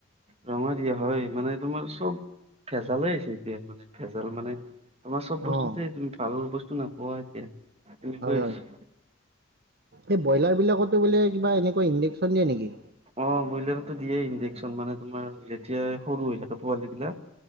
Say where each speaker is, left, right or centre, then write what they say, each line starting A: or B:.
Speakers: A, on the right; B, on the right.
A: ৰঙে দিয়া হয়, মানে তোমাৰ চব ভেজালে হৈছে এতিয়া মানে ভেজাল মানে - তোমাৰ চব বস্তুতে
B: অ',
A: তুমি ভাল বস্তু নাপোৱা এতিয়া তেনেকুৱাই
B: হয়, হয়।
A: হৈছে।
B: এই ব্ৰইলাৰ বিলাকটো বোলে কিবা এনেকুৱ ইনডেকশ্যন দিয়ে নেকি?
A: অ ব্ৰইলাৰতো দিয়ে ইনডেকশ্যন মানে তোমাৰ যেতিয়াাই সৰু হৈ থাকে পোৱালী বিলাক।